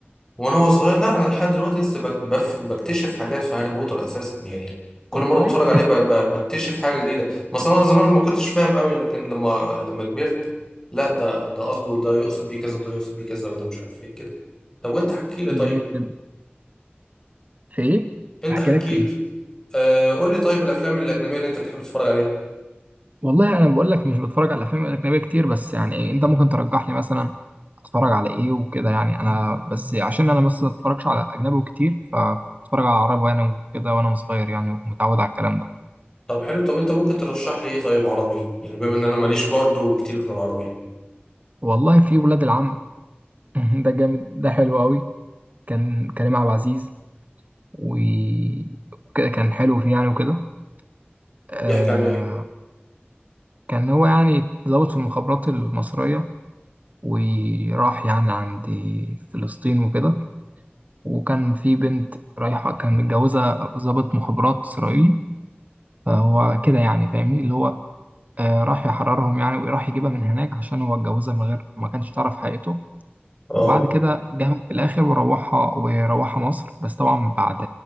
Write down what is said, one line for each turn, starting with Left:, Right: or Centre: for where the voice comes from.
Left: وانا وأنا صغير لا انا لحد دلوقتي لسه بك- بف- بكتشف حاجات في هاري بوتر اساسا يعني
Right: <laughs>
Left: كل
Right: والله
Left: مره بتفرج عليه ب- ب- بكتشف حاجه جديده مثلا انا زمان ما كنتش فاهم قوي لكن لما لما كبرت لا ده ده قصده ده يقصد بيه كذا وده يقصد بيه كذا وده مش عارف ايه كده طب وانت حكي لي
Right: جميل
Left: طيب
Right: جدا في ايه؟
Left: انت
Right: احكي
Left: حكي
Right: لك في
Left: لي
Right: ايه؟
Left: آه قول لي طيب الافلام الاجنبيه اللي انت بتحب تتفرج عليها
Right: والله انا بقول لك مش بتفرج على افلام اجنبيه كتير بس يعني إيه انت ممكن ترجح لي مثلا اتفرج على ايه وكده يعني انا بس عشان انا بس ما اتفرجش على اجنبي كتير فكنت بتفرج على عربي وانا كده وانا صغير يعني ومتعود على الكلام ده
Left: طب حلو طب انت ممكن ترشح لي ايه طيب عربي يعني بما ان انا ماليش برضه كتير في العربي
Right: والله في ولاد العم <laughs> ده جامد ده حلو قوي كان كريم عبد العزيز و- وكده كان حلو فيه يعني وكده آه،
Left: بيحكي عن ايه
Right: كان هو يعني ضابط في المخابرات المصرية وراح يعني عند فلسطين وكده وكان في بنت رايحة كان متجوزة ضابط مخابرات إسرائيلي فهو كده يعني فاهمني اللي هو آه، راح يحررهم يعني وراح يجيبها من هناك عشان هو اتجوزها من غير ما كانش تعرف حقيقته
Left: اه
Right: وبعد كده جابها في الآخر وروحها وروحها مصر بس طبعا بعد